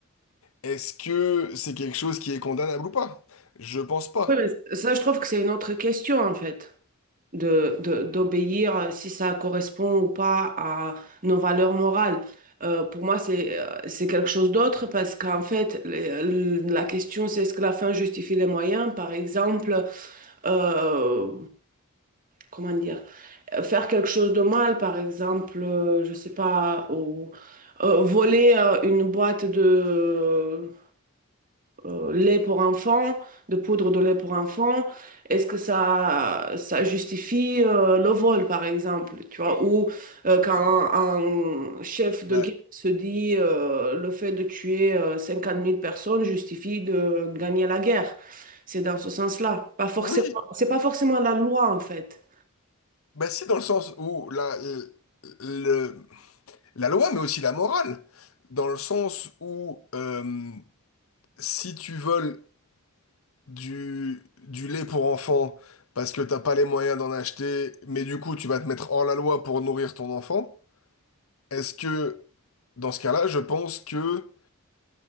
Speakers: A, on the left; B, on the right.
A: est-ce que c'est quelque chose qui est condamnable ou pas? Je pense pas.
B: Oui, mais ça, je trouve que c'est une autre question, en fait. de, de- d'obéir euh, si ça correspond ou pas à nos valeurs morales. Euh, pour moi, c'est, euh, c'est quelque chose d'autre parce qu'en fait, les- la question, c'est est-ce que la fin justifie les moyens? Par exemple, euh, comment dire, euh, faire quelque chose de mal, par exemple, euh, je sais pas, ou euh, voler euh, une boîte de, euh, lait pour enfants, de poudre de lait pour enfants, est-ce que ça, ça justifie euh, le vol, par exemple, tu vois, ou euh, quand un, un chef de
A: Bah
B: guerre se dit euh, le fait de tuer euh, 50 000 personnes justifie de gagner la guerre. C'est dans ce sens-là. Pas forcément,
A: oui,
B: c'est pas forcément la loi, en fait.
A: bah si dans le sens où la, euh, le- la loi, mais aussi la morale, dans le sens où euh, si tu voles du, du lait pour enfants parce que t'as pas les moyens d'en acheter, mais du coup tu vas te mettre hors la loi pour nourrir ton enfant, est-ce que Dans ce cas-là, je pense que